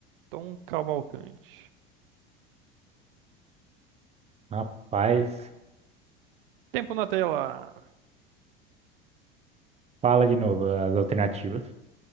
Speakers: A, on the right; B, on the right.
A: Tom Cavalcante.
B: Rapaz,
A: Tempo na tela.
B: fala de novo as alternativas.